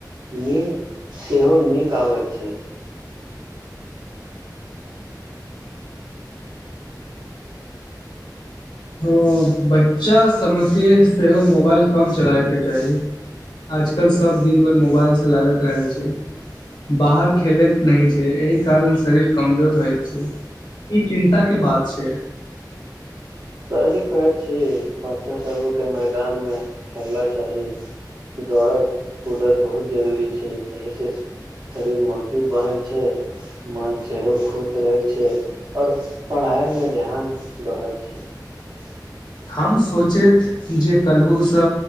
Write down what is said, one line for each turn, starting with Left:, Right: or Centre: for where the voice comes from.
Right: नीन्द सेहो नीक आबै छै
Left: हँ बच्चा सभके सेहो मोबाइल कम चलाबैके चाही आजकल सभ दिन भरि मोबाइलसँ लागैत रहल छै बाहर खेलैत नहि छै एहि कारण शरीर कमजोर होइत छै ई चिन्ताके बात छै
Right: सही कहैत छी बच्चा सभके मैदानमे खेलना चाही दौड़ब कूदत बहुत जरूरी छै एहिसँ शरीर मजबूत बनैत छै मन सेहो खुश रहैत छै आओर पढ़ाइमे ध्यान बढ़ैत छै <unintelligible>
Left: हम सोचैत जे कलहुूसँ